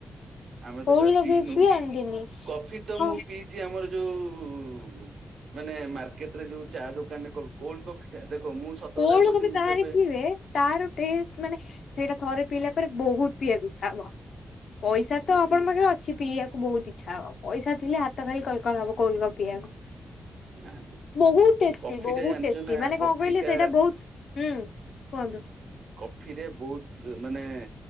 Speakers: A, on the right; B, on the left.
A: ଆମେ ତ
B: କୋଲ୍ଡ
A: କେବେ
B: କଫି
A: ପିଇନୁ
B: ପିଅନ୍ତିନି
A: କଫି ତ
B: ହଁ
A: ମୁଁ ପିଇଚି ଆମର ଯୋଉ ମାନେ ମାର୍କେଟ ରେ ଯୋଉ ଚା ଦୋକାନରେ କଇବ କୋଲ୍ଡ କଫିଟା ଦେଖ ମୁଁ ସତ
B: କୋଲ୍ଡ
A: କଥା କହୁଛି
B: କଫି
A: ମୁଁ
B: ବାହାରେ
A: କେବେ
B: ପିଇିବେ। ତାର ଟେଷ୍ଟ ମାନେ ସେଇଟା ଥରେ ପିଇଲା ପରେ ବହୁତ ପିଇଆକୁ ଇଛା ହବ। ପଇସା
A: ହେଇଥିବ
B: ତ ଆପଣଙ୍କ ପାଖରେ ଅଛି। ପିଇବାକୁ ବହୁତ ଇଛା ହବ ପଇସା ଥିଲେ ହାତ ଖାଲି କଲକଲ ହବ କଲ୍ଡ କଫି ପିଇବାକୁ।
A: ନା ନା
B: ବହୁତ ଟେଷ୍ଟି
A: କଫି
B: ବହୁତ
A: ଟା ଜାଣିଛ
B: ଟେଷ୍ଟି
A: ନା
B: ମାନେ କଣ
A: କଫି
B: କହିଲେ
A: ଟା
B: ସେ ବହୁତ ହୁଁ କୁହନ୍ତୁ।
A: କଫିରେ ବହୁତ ମାନେ